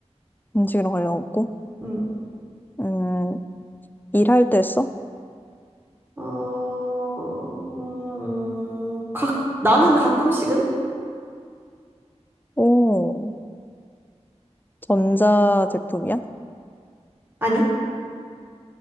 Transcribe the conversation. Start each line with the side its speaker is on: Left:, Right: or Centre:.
Left: 음식이랑 관련 없고?
Right: 응.
Left: 음, 일할 때 써?
Right: 어, 음, 각, 나는 가끔씩은?
Left: 오, 전자제품이야?
Right: 아니,